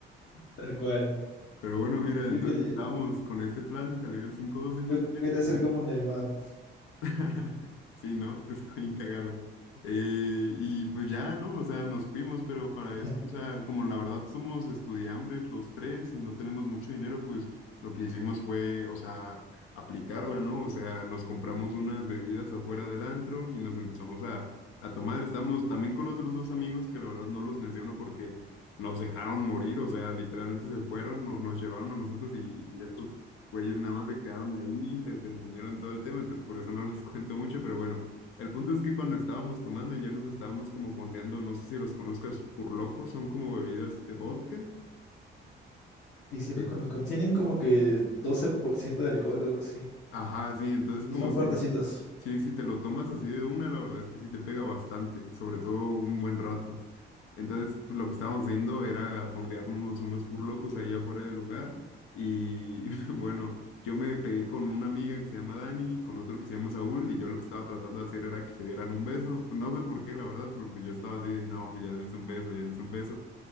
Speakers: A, on the left; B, on the left.
A: tal cual.
B: Pero bueno, mira,
A: Yo
B: entonces
A: quería,
B: estábamos con este plan de salir al 5-12 justamente
A: yo quería ser
B: y
A: como Neymar.
B: <laughs> Sí, ¿no? Está bien cagado. Eh, y pues ya, ¿no? O sea, nos fuimos, pero para
A: <laughs>
B: esto, o sea, como la verdad somos estudiambres los tres y no tenemos mucho dinero, pues lo que hicimos fue, o sea, aplicarla, ¿no? O sea, nos compramos unas bebidas afuera del antro y nos empezamos a, a tomar. Estamos también con otros dos amigos que la verdad no los menciono porque nos dejaron morir, o sea, literalmente se fueron, no- nos llevaron a nosotros y, y estos Güeyes nada más se quedaron ahí, se entendieron todo el tema, entonces por eso no <laughs> los cuento mucho, pero bueno, el punto es que cuando estábamos tomando y ya nos estábamos como fondeando, no sé si los conozcas, locos son como bebidas de vodka.
A: Y sí los
B: Eh,
A: conozco. Tienen como que 12% de alcohol o algo así.
B: ajá, sí, entonces
A: Y
B: como
A: son fuertecitos.
B: que Sí, si te lo tomas así de una, la verdad es que sí te pega bastante, sobre todo un buen rato. Entonces, pues, lo que estábamos haciendo era fondearnos unos burlocos allá afuera del lugar. Y <laughs> bueno, yo me pegué con una amiga que se llama Dani y con otro que se llama Saúl. Y yo lo que estaba tratando de hacer era que se dieran un beso. No sé por qué, la verdad, pero pues yo estaba así, de, no, pues ya dense un beso, ya dense un beso.